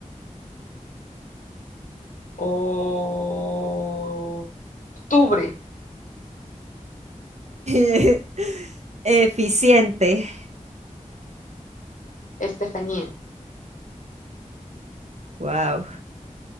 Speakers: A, on the left; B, on the right.
A: o- octubre,
B: <laughs> Eficiente.
A: Estefanía,
B: Wow.